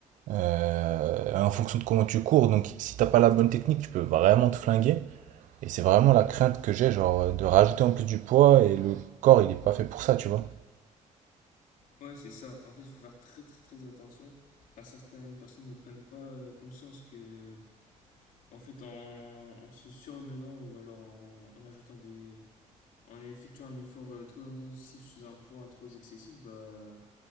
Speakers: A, on the right; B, on the left.
A: euh, en fonction de comment tu cours. Donc, si t'as pas la bonne technique, tu peux vraiment te flinguer. Et c'est vraiment la crainte que j'ai, genre, de rajouter en plus du poids et le corps, il est pas fait pour ça, tu vois.
B: Ouais, c'est ça. En fait, il faut faire très très très attention. Enfin, certaines personnes ne prennent pas euh, conscience que, en fait, en, en se surmenant ou alors en, en ajoutant des, En effectuant un effort euh, trop intensif sous un poids trop excessif, bah,